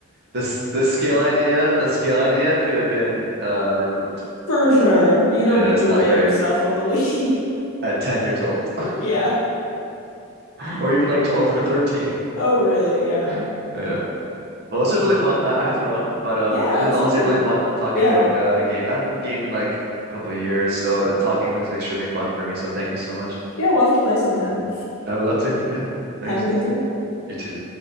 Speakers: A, on the right; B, on the left.
A: This, this scale idea, the scale idea could have been uh, removed.
B: For sure. You don't
A: Yeah.
B: need
A: That's
B: to
A: not
B: weigh
A: great
B: yourself on the Wii.
A: at 10 years old
B: <laughs> Yeah.
A: <laughs> or even like 12 or 13.
B: Oh, really? Yeah.
A: <laughs> Yeah. Well, this was really fun. I, I have to run, but um,
B: Yeah, absolutely.
A: this is honestly really fun talking
B: Yeah.
A: about uh games. I haven't gamed in like a couple of years, so uh, talking was extremely fun for me. So thank you so much.
B: Yeah, we'll have to play sometime.
A: I would love to. Yeah, thanks.
B: Have a good day.
A: You too.